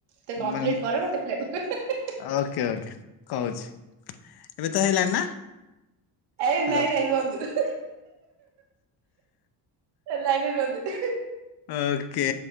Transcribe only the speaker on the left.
ମାନେ
ଓକେ ଓକେ କହୁଛି। ଏବେ ତ ହେଇଲଣିି ନା
ହ୍ୟାଲୋ
ଓକେ